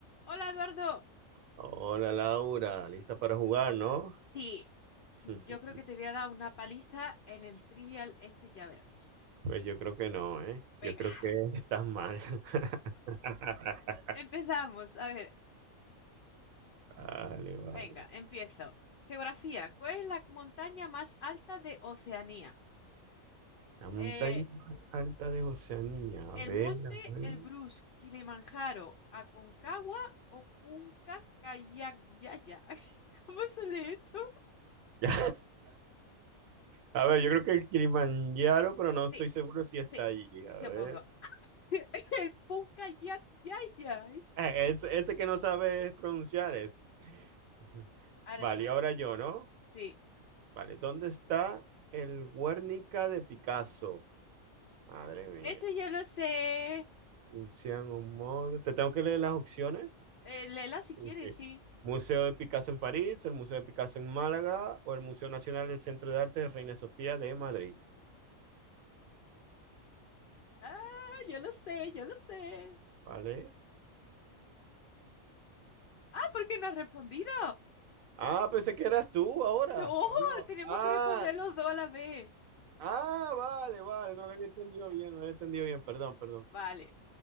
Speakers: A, on the left; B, on the right.
A: Hola Eduardo,
B: Hola Laura, ¿lista para jugar, no?
A: sí, yo
B: <laughs>
A: creo que te voy a dar una paliza en el trivial este, ya verás.
B: Pues yo creo que no, ¿eh?
A: Venga,
B: Yo creo
A: <laughs>
B: que estás mal. <laughs>
A: empezamos. A ver,
B: Vale, vale.
A: venga, empiezo. Geografía, ¿cuál es la montaña más alta de Oceanía?
B: La montaña
A: Eh,
B: más alta de Oceanía. A
A: ¿el
B: ver,
A: Monte
B: a ver.
A: Elbrus,
B: <laughs>
A: Kilimanjaro, Aconcagua o Punca Kayakaya? <laughs> ¿Cómo se lee esto?
B: Ya. A ver, yo creo que el Kilimanjaro, pero no estoy
A: Sí,
B: seguro si está
A: sí,
B: allí. A
A: yo
B: ver.
A: pongo <laughs> el Punca Kayakaya. este.
B: Eh, Ese, ese que no sabes pronunciar es. <laughs>
A: Ahora
B: Vale,
A: tú,
B: y ahora yo, ¿no?
A: sí.
B: Vale, ¿dónde está el Guernica de Picasso? Madre mía.
A: Esto yo lo sé.
B: Un Modo. Te tengo que leer las opciones.
A: Eh, Lela, si
B: Sí,
A: quieres,
B: sí.
A: sí.
B: Museo de Picasso en París, el Museo de Picasso en Málaga o el Museo Nacional del Centro de Arte de Reina Sofía de Madrid.
A: Ah, yo lo sé, yo lo sé.
B: ¿Vale?
A: Ah, ¿por qué no has respondido?
B: Ah, pensé que eras tú ahora.
A: No,
B: ¿o no?
A: tenemos
B: Ah,
A: que responder los dos a la vez.
B: ah, vale, vale. No lo había entendido bien, no lo había entendido bien. Perdón, perdón.
A: Vale.